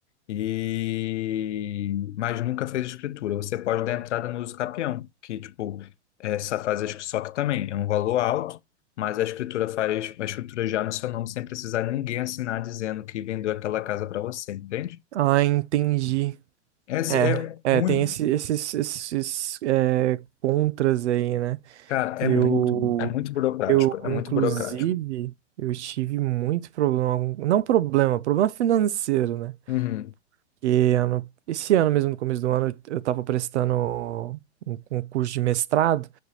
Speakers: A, on the left; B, on the right.
A: e mas nunca fez escritura. Você pode dar entrada no uso capião, que tipo essa faz a escri- só que também é um valor alto, mas a escritura faz a escritura já no seu nome sem precisar ninguém assinar dizendo que vendeu aquela casa para você, entende?
B: Ah, entendi.
A: Essa
B: É,
A: é um,
B: é, tem esse- esses, esses, é, contras aí, né?
A: cara,
B: Eu,
A: é muito, é muito burocrático,
B: eu,
A: é muito
B: inclusive,
A: burocrático.
B: eu tive muito problema, não problema, problema financeiro, né?
A: Uhum.
B: que ano, esse ano mesmo, no começo do ano, eu estava prestando um concurso de mestrado